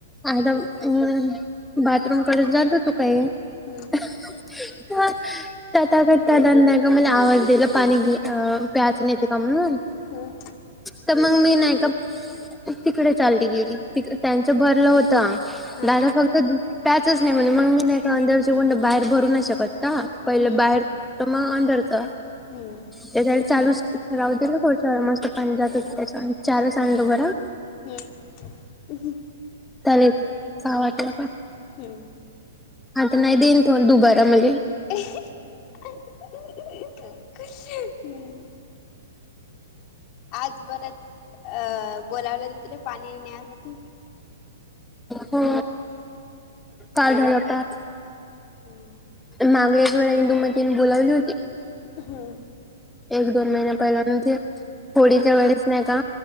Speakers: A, in the centre; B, on the left.
A: आध हम्म बाथरूम कडे जात हुतो काही,
B: हम्म.
A: तर <unintelligible> मला आवाज दिला पाणी घ प्याचून येते का म्हणून
B: हम्.
A: तर मग मी नाही का तिकडे चालली गेली त त्यांचं भरलं होत.
B: हा
A: दादा फक्त प्याचच नाही म्हणले मग मी नाही का <unintelligible> बाहेर भरू नाही शकत ना पहिलं
B: हम्म
A: बाहेर तर मग अंधरच,
B: हम्म
A: त्यासाठी चालू ठ रावते ना थोड मस्त पाणी जात होत त्याच्या चारच हंड बरा.
B: हम्
A: <unintelligible> वाटलं का
B: हम्म
A: आता नाहीे देईन <unintelligible>
B: <unintelligible> हम्म आज बरं अ बोलावलं त पाणी नेण्यासाठी
A: हो काल <unintelligible>
B: हम्म
A: माग एक वेळ इंदुमतीन बोलावली होती.
B: हम्म
A: एक दोन महिन्या पहिल्या नव्हत्या होडीच्या
B: हम्म
A: वेळेस नाही का